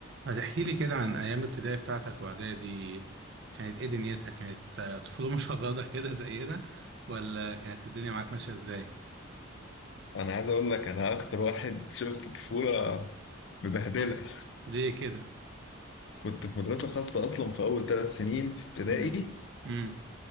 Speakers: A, on the right; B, on the left.
A: هتحكي لي كده عن أيام ابتدائي بتاعتك وإعدادي كانت إيه دنيتها؟ كانت آه، طفولة <laughs> مشردة كده زينا ولا كانت الدنيا معاك ماشية إزاي؟
B: انا عايز اقول لك انا اكتر واحد شفت طفوله مبهدله
A: ليه كده؟
B: كنت في مدرسه خاصه اصلا في اول ثلاث سنين في ابتدائي
A: امم امم